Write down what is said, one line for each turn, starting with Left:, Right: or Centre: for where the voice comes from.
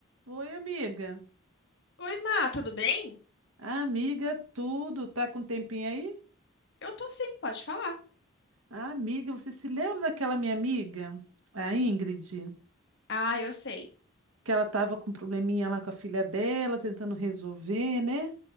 Right: Oi, amiga.
Left: Oi, Má, tudo bem?
Right: Amiga, tudo. Tá com um tempinho aí?
Left: Eu tô sim, pode falar.
Right: Ah, amiga, você se lembra daquela minha amiga, a Ingrid,
Left: Ah, eu sei.
Right: que ela tava com um probleminha lá com a filha dela, tentando resolver, né?